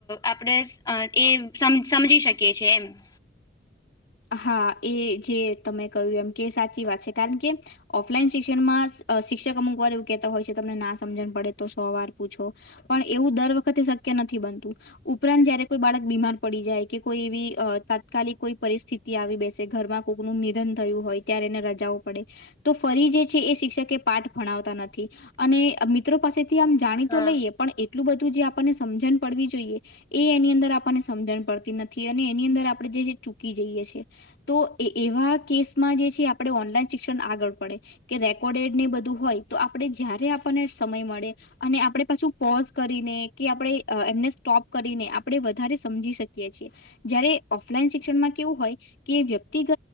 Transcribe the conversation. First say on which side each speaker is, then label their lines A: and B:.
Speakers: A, on the left; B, on the left.
A: આપણે એ સમ સમજી શકીએીએ એમ. <inaudible>
B: હા એ જે તમે કહ્યું એમ કે સાચી વાત છે કારણ કે. ઓફલાઈન શિક્ષણમાં શિક્ષક અમુક વાર એવું કેહેતા હોય છે તમને ના સમજણ પડે તો સો વાર પૂછો. પણ એવું દર વખતે શક્ય નથી બનતું ઉપરાંત જયારે. કોઈ બાળક બીમાર પડી જાય કે કોઈ એવી તાત્કાલિક કોઈ પરિસ્થિતિ આવી બેસે ઘરમાં. કનુંું નિધન થયું હોય ત્યારે એને રજાઓું પડે. તો ફરી જે છે એ શિક્ષકે પાઠ ભણાવતા નથી અને મિત્રો પાસે. મ જાણી તો
A: હા
B: લઈએ પણ એટલું બધું જે આપણને સમજણ પડવી જોઈએ એ એની. ની અંદર આપણને સમજણ પડતી નથી અને એની અંદર આપડણે જે છે ચૂકી જઈએ છીએ. તો એ એવા કેસમાં જે છે આપણે ઓનલાઈન શિક્ષણ આગળ પડે. કે રેકોર્ડેડ ને બધું હોય તો આપડે જયારે આપણને સમય મળે. અને આપણે પાછું પોઝ કરીને કે આપણે એમને સ્ટોપ કરીને. આપણે વધારે સમજી શકીએ છીએ જયારે ઓફલાઈન શિક્ષણમાં કેવું હોય. કે વ્યક્તિગત